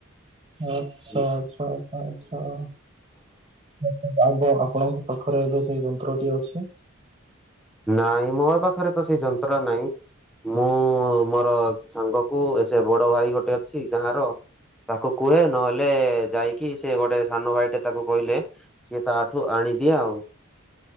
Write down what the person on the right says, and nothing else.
ଆଚ୍ଛା
ଆଚ୍ଛା ଆଚ୍ଛା ଆଛା। ଆବ ଆପଣଙ୍କ ପାଖରେ ଏବେ ସେଇ ଯନ୍ତ୍ରଟି ଅଛି